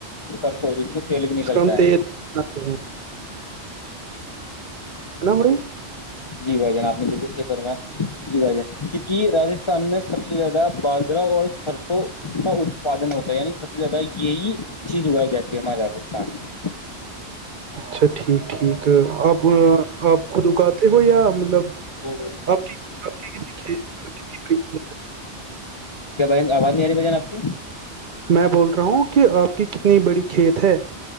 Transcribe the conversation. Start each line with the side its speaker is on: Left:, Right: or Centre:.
Left: سر سوج اس سے تیل بھی
Right: جس
Left: نکلتا
Right: کا ہم
Left: ہے
Right: تیل بناتے ہیں ہے ن مری
Left: جی بھائی جان آپ نے بالکل سفرم جی بھائی جان کیونکہ رجستھان میں سب سے زیادہ بجرا اور فرسوں کا اتپادن ہوتا ہے یعنی سب سے زیادہ یہی چیز اگائی جاتی ہے ہمارے راستھان میں
Right: اچھا ٹھیک ٹھیک آپ آپ خود اگاتے ہو یا مطلب
Left: گڈور <unintelligible>
Right: آپ کی آپ کی کتنی کھیت مطلب کتنی بڑی ہے؟
Left: کیا بجن آواز نہیں آ رہی بجان آپ کی
Right: میں بول رہا ہوں کہ آپ کی کتنی بڑی کھیت ہے